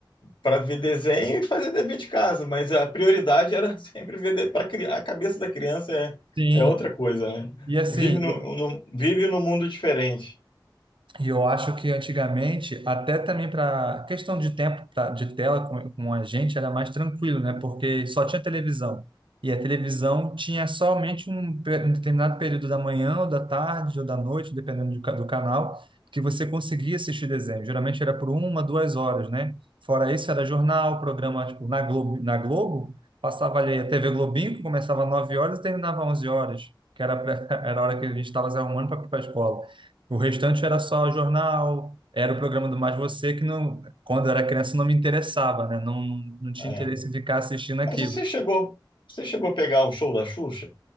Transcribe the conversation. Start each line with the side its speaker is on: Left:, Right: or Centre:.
Left: para ver desenho e fazer dever de casa, mas a prioridade era <laughs> sempre ver para a cabeça da criança é,
Right: sim.
Left: é outra coisa, né?
Right: E assim,
Left: Vive no,
Right: eu
Left: no- vive num mundo diferente.
Right: E eu acho que antigamente, até também para questão de tempo pra- de tela com, com a gente, era mais tranquilo, né? Porque só tinha televisão. E a televisão tinha somente um, pe- um determinado período da manhã, ou da tarde, ou da noite, dependendo do, ca- do canal, que você conseguia assistir desenho. Geralmente era por uma, duas horas, né? Fora isso, era jornal, programa, tipo, na Globo, na Globo, passava ali a TV Globinho, que começava às 9 horas e terminava às 11 horas, que era, pra- <laughs> era a hora que a gente estava se arrumando para ir para a escola. O restante era só jornal, era o programa do Mais Você, que não, quando eu era criança não me interessava, né? Não, não tinha
Left: É.
Right: interesse em ficar assistindo aquilo.
Left: Mas você chegou, você chegou a pegar o show da Xuxa?